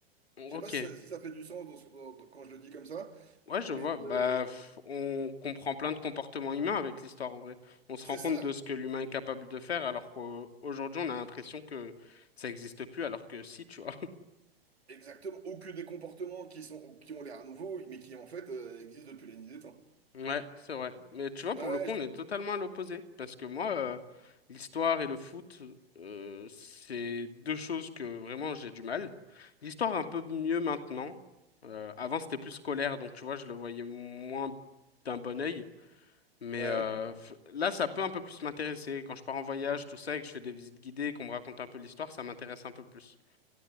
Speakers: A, on the right; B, on the left.
A: Je
B: Ok,
A: sais pas si ça, si ça fait du sens dans ce- dans- dans- quand je le dis comme ça,
B: ouais, je
A: mais
B: vois.
A: de-
B: Bah f- on comprend plein de comportements humains avec l'histoire en vrai. On se
A: c'est
B: rend compte
A: ça,
B: de ce que l'humain est capable de faire, alors qu'aujourd'hui on a l'impression que ça n'existe plus, alors que si, tu vois.
A: exactement. Ou que des comportements qui sont, qui ont l'air nouveaux, mais qui en fait euh, existent depuis la nuit des temps.
B: Ouais, c'est vrai. Mais tu vois, pour
A: Ouais,
B: le coup,
A: je-
B: on est totalement à l'opposé. Parce que moi, euh, l'histoire et le foot, euh, c'est deux choses que vraiment j'ai du mal. L'histoire un peu mieux maintenant. Euh, avant, c'était plus scolaire, donc tu vois, je le voyais moins d'un bon œil. Mais
A: ouais.
B: euh, f- là, ça peut un peu plus m'intéresser. Quand je pars en voyage, tout ça, et que je fais des visites guidées, qu'on me raconte un peu l'histoire, ça m'intéresse un peu plus.